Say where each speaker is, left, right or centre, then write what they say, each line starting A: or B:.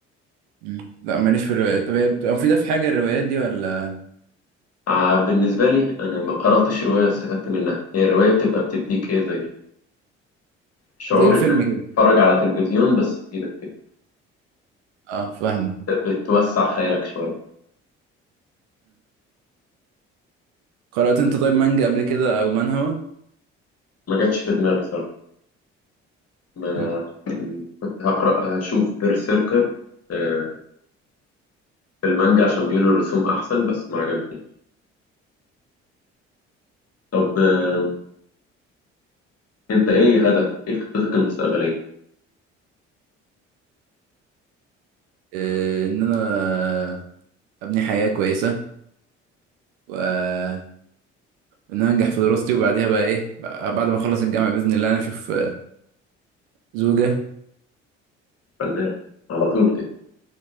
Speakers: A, on the right (about 65°); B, on the left (about 40°).
A: مم. لا ماليش في الروايات طب هي بتبقى مفيدة في حاجة الروايات دي ولا
B: ع- بالنسبة لي أنا ما قرأتش رواية واستفدت منها هي الرواية بتبقى بتديك إيه زي شعور
A: زي الفيلم
B: إنك
A: كده
B: تتفرج على تلفزيون بس في إيدك كده
A: اه فاهم
B: وبتوسع خيالك شوية
A: قرأت انت طيب مانجا قبل كده او منهوا
B: ما جاتش في دماغي صراحة ما
A: مم.
B: كنت هقرأ هشوف بيرسيركر آه، في المانجا عشان بيقولوا الرسوم أحسن بس ما عجبتنيش طب آه، أنت إيه هدفك؟ إيه خطتك المستقبلية؟
A: آه، ان انا ابني حياة كويسة وان انا انجح في دراستي وبعديها بقى ايه بقى- بعد ما اخلص الجامعة بإذن الله انا اشوف آه، زوجة
B: فنان على طول كده